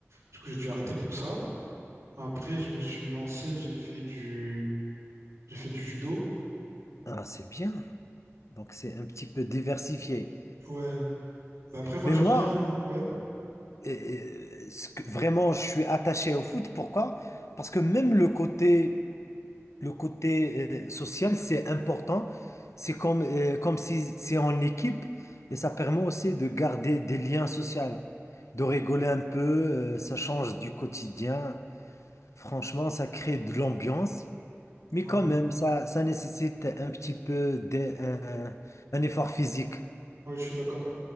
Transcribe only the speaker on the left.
ouais.
Ah, c'est bien. Donc c'est un petit peu diversifié.
Mais
moi,
euh, ce que- vraiment, je suis attaché au foot. Pourquoi? Parce que même le côté le côté euh, social, c'est important. C'est comme, euh, comme si c'est en équipe et ça permet aussi de garder des liens sociaux, de rigoler un peu, euh, ça
change du quotidien. Franchement, ça crée de l'ambiance, mais
quand même, ça, ça nécessite un petit peu d'un un, un- un effort physique.